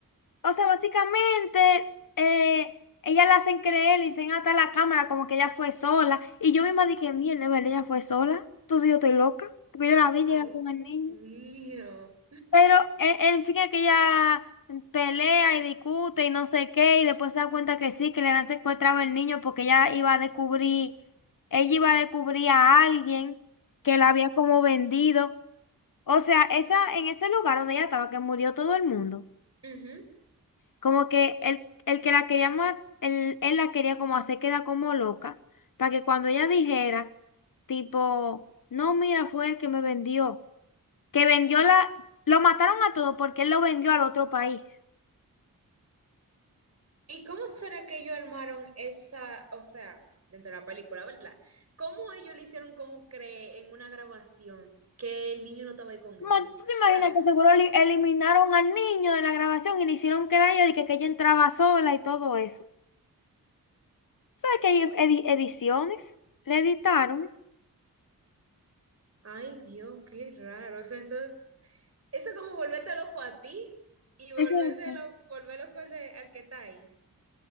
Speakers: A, on the left; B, on the right.
A: O sea, básicamente, eh, ella la hacen creer, le dicen hasta la cámara como que ella fue sola. Y yo misma dije, mierda, ¿verdad? Ella fue sola. Entonces yo estoy loca, porque yo la vi llegar
B: Ay,
A: con el
B: Dios
A: niño.
B: mío.
A: Pero eh, el fin es que ella pelea y discute y no sé qué, y después se da cuenta que sí, que le han secuestrado el niño porque ella iba a descubrir, ella iba a descubrir a alguien que la había como vendido. O sea, esa, en ese lugar donde ella estaba, que murió todo el mundo.
B: Ujú.
A: Como que el, el que la quería matar, él, él la quería como hacer quedar como loca, para que cuando ella dijera, tipo, no, mira, fue el que me vendió, que vendió la, lo mataron a todos porque él lo vendió al otro país.
B: ¿Y cómo será que ellos armaron esa, o sea, dentro de la película, ¿verdad? ¿Cómo ellos le hicieron como cree en una grabación que el niño no estaba ahí con
A: Mo-
B: ella? O
A: ¿Tú te
B: sea,
A: imaginas que seguro eli- eliminaron al niño de la grabación y le hicieron quedar a ella de que, que ella entraba sola y todo eso? ¿Sabes que hay edi- ediciones? Le editaron.
B: ay Dios, qué raro. O sea, eso, eso es como volverte loco a ti y volverte
A: Exacto.
B: loco, volver loco al, de- al que está ahí.